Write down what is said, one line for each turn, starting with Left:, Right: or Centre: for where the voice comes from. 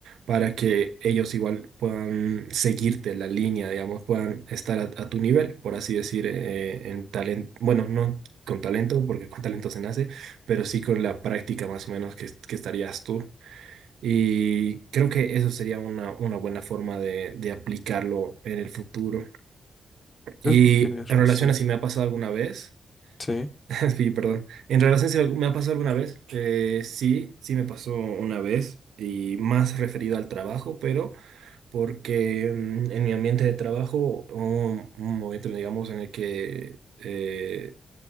Right: para que ellos igual puedan seguirte la línea, digamos, puedan estar a, a tu nivel, por así decir, eh, en talento, bueno, no con talento, porque con talento se nace, pero sí con la práctica más o menos que, que estarías tú. Y creo que eso sería una, una buena forma de, de aplicarlo en el futuro. Y
Left: Creo que tienes
Right: en
Left: razón.
Right: relación a si me ha pasado alguna vez,
Left: Sí,
Right: <laughs> es que yo, perdón, en relación a si me ha pasado alguna vez, eh, sí, sí me pasó una vez y más referido al trabajo, pero porque mm, en mi ambiente de trabajo hubo un, un momento, digamos, en el que eh,